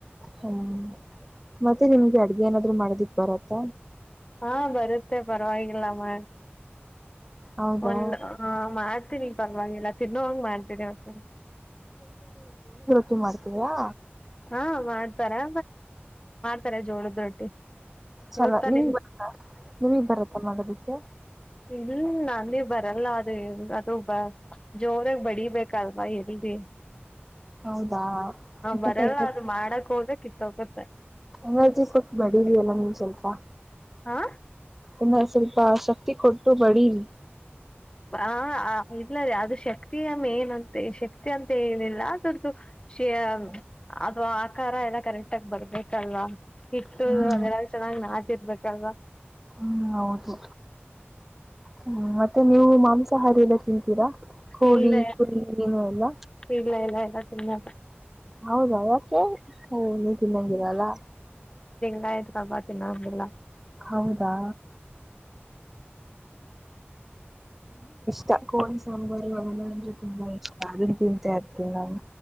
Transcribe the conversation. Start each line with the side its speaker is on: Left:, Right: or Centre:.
Centre: ಹ್ಮ ಮತ್ತೆ ನಿಮ್ಗೆ ಅಡ್ ಏನಾದ್ರು ಮಾಡೋದಿಕ್ ಬರತ್ತ.
Left: ಹಾಂ ಬರುತ್ತೆ ಪರವಾಗಿಲ್ಲಾ ಮ
Centre: ಹೌದಾ
Left: ಒಂದ್ ಆ ಮಾಡ್ತೀನಿ ಪರ್ವಾಗಿಲ್ಲ ತಿನ್ನೋವಂಗ್ ಮಾಡ್ತೀನಿ ಓಕೆನ.
Centre: ಟ್ಟಿ ಮಾಡ್ತೀರಾ.
Left: ಹಾ ಮಾಡ್ತಾರೆ ಬರೆ ಜೋಳದ್ ರೊಟ್ಟಿ.
Centre: ಚಲ
Left: ಗೊತ್ತಾ
Centre: ನಿಮ್ಗ್
Left: ನಿಮ್
Centre: ಬರ್ತ್ತಾ ನೀಮಿಗ್ ಬರುತ್ತಾ ಮಾಡೋದಿಕ್ಕೆ.
Left: ಇಲ್ಲ ನಾನೇ ಬರಲ್ಲ ಅದು ಅದು ಬ ಜೋರಾಗ್ ಬಡಿಬೇಕಲ್ವಾ ಯಲ್ಲಿ.
Centre: ಹೌದಾ ಇಪ್ಪತ್
Left: ಬರಲ್ಲ
Centre: ಐದ್ರಲ್ಲಿ
Left: ಅದು ಮಾಡಕ್ ಹೋಗ ಕಿತ್ತೋಗುತ್ತೆ
Centre: ಎನರ್ಜಿ ಫುಡ್ ಬಡಿಲ್ಲಿ ಎಲ್ಲ ಸ್ವಲ್ಪ.
Left: ಹಾ
Centre: ಇನ್ನ ಸ್ವಲ್ಪ ಶಕ್ತಿ ಕೊಟ್ಟು ಬಡಿನ್.
Left: ಆ ಇಲ್ಲ ಅದು ಶಕ್ತಿಯ ಮೇನ್ಂತೆ ಶಕ್ತಿ ಅಂತ ಏನಿಲ್ಲ ಅರ್ದುದು ಶಿಯ ಅದು ಆಕಾರ ಎಲ್ಲ ಕರೆಕ್ಟ್ ಆಗ್ ಬರ್ಬೇಕಲ್ವಾ. ಹಿಟ್ಟು
Centre: ಹ್ಮ್
Left: ಅದೆಲ್ಲ ಚೆನ್ನ್ಗ್ ನಾದ್ ತಿರ್ರ್ಬೇಕಲ್ವಾ.
Centre: ಹ್ಮ್ ಹೌದು ಹ್ಮ ಮತ್ತೆನ್ ನೀವು ಮಾಂಸಾಹಾರಿ ಎಲ್ಲ ತಿಂತೀರಾ ಕೋಳಿ
Left: ಇಲ್ಲ
Centre: ಕುರಿ ಮಿನು ಎಲ್ಲ.
Left: ಇಲ್ಲ ಇಲ್ಲ ಇಲ್ಲ ತಿನ್ನಲ್ಲ.
Centre: ಹೌದಾ ಯಾಕೆ ನೀವ್ ತಿನಂಗ್ ಇರಲ್ಲ.
Left: ಕಾ ಹಬ್ಬ ತಿನ್ನೊ ಹಂಗಿಲ್ಲ.
Centre: ಹೌದಾ ತ ಕೋಳಿ ಸಾಂಬಾರು ಎಲ್ಲ ಅಂದ್ರೆ ತುಂಬಾ ಇಷ್ಟ ಅದನ್ನ್ ತಿಂತಾ ಇರ್ತೀನ್ ನಾನು.